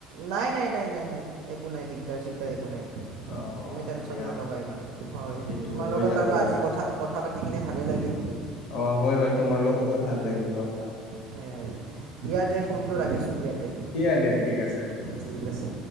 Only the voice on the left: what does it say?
অ
এতিয়া
সেইটো
হৈ
যাব
ৰ
অ হয় হয় তোমাৰ লগতো ভাল লাগিল ৰবা
দিয়া দিয়া ঠিক আছে